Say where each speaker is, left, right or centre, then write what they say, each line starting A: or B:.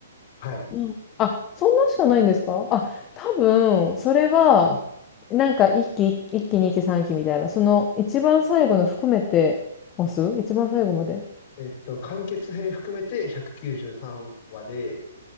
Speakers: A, on the left; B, on the left.
A: はい、
B: うん。あ、そんなしかないんですか？あ、多分、それは、
A: はい。
B: なんか一期、一期、二期、三期みたいな、その一番最後の含めてます？一番最後まで。
A: えっと、完結編含めて193話で、